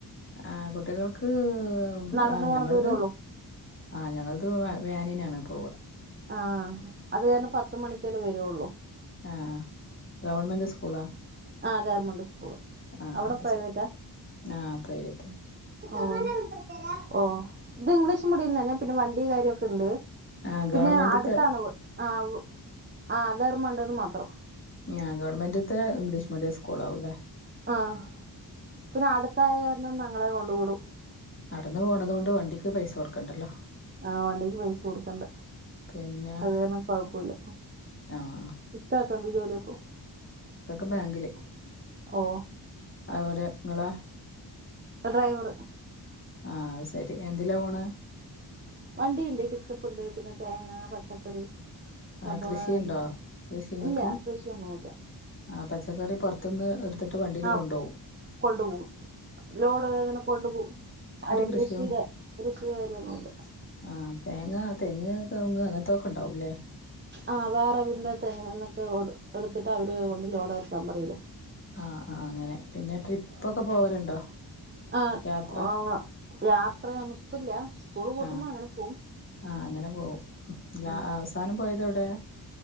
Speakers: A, on the left; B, on the right.
A: ആഹ് കുട്ടികൾക്ക്
B: നടന്നു
A: ആഹ്
B: പോണ
A: ഞങ്ങള്ത്
B: ദൂരള്ളൂ
A: ആഹ് ഞങ്ങൾത് വേനിനാണ് പോവാ.
B: ആഹ് അത് കാര്ണം പത്ത് മണിക്കല്ലേ വരു ഒള്ളൂ.
A: ആഹ് ഗവൺമെൻറ് സ്കൂളാ
B: ആ ഗവൺമെന്റ് സ്കൂള്
A: ആഹ്
B: അവിടെ
A: അത്
B: പ്രൈവറ്റാ
A: സെരി. ആഹ് പ്രൈവറ്റ്.
B: ഓഹ് ഓഹ് ഇത് ഇംഗ്ലീഷ് മീഡിയം തന്നെ പിന്നെ വണ്ടീ കാര്യൊക്കെണ്ട്.
A: ആഹ്
B: പിന്നെ
A: ഗവൺമെന്റ്ത്തെ
B: അടുത്താണ് ആഹ് ആഹ് ഗർമണ്ട്ന്ന് മാത്രം.
A: ആഹ് ഗവൺമെന്റ്ത്തെ ഇംഗ്ലീഷ് മീഡിയം സ്കൂൾ ആവുല്ലേ?
B: ആഹ് പിന്നെ അടുത്തായേ കാരണം ഞങ്ങളെ കൊണ്ട് കൂടും.
A: നടന്ന് പോണതോണ്ട് വണ്ടിക്ക് പൈസ കൊടുക്കണ്ടല്ലോ.
B: ആഹ് വണ്ടിക്ക് പൈസ കൊടുക്കണ്ട.
A: പിന്നെ
B: അത് കാര്ണം കൊഴപ്പുല്ല.
A: ആഹ്
B: ഇക്കാക്കെന്ത് ജോലിയപ്പോ?
A: ഇക്കക്ക് ബാങ്കില്.
B: ഓ
A: അവിടെ നിങ്ങളെ?
B: ഡ്രൈവർ
A: ആഹ് അഹ് സരി. എന്തിലാ പോണ്?
B: വണ്ടിയ്ണ്ട് പിക്കപ്പ്ണ്ട് പിന്നെ തേങ്ങ പച്ചക്കറി. തബോള
A: ആഹ് കൃഷിയുണ്ടോ
B: <unintelligible>
A: കൃഷിങ്ങക്ക്
B: ഇല്ല കൃഷിയൊന്നൂല്ല.
A: ആഹ് പച്ചക്കറി പൊർത്ത്ന്ന് എടുത്തിട്ട് വണ്ടീൽ
B: ആഹ്
A: കൊണ്ടോവും.
B: കൊണ്ടുപോകും ലോഡ് ഇങ്ങനെ കൊണ്ടുപോ അതെ
A: കൃഷിയും
B: കൃഷി ക കൃഷി കാര്യൊന്നുംല്ല.
A: ആഹ് തേങ്ങാ തെങ്ങ് കവുങ്ങ് അങ്ങനത്തൊക്കെ ഉണ്ടാവൂല്ലേ?
B: ആഹ് വേറെ അവര്ൻ്റെ തെങ്ങ് ന്നൊക്കെ ലോഡ് എടുത്തിട്ട് അവര് കൊണ്ട് ലോഡ് എറക്കാൻ പറയൂലേ.
A: ആഹ് ആഹ് അങ്ങനെ. പിന്നെ ട്രിപ്പൊക്കെ പോവലുണ്ടോ?
B: ആഹ്
A: യാത്ര.
B: ആഹ് യാത്രയൊന്നും ഇപ്പില്ല സ്കൂള് പൂട്ടുമ്പോ
A: ആഹ്
B: അങ്ങനെ പോവും.
A: ആഹ് അങ്ങനെ പോവും. ല്ല
B: ആഹ്
A: അവസാനം പോയത് എവിടെ?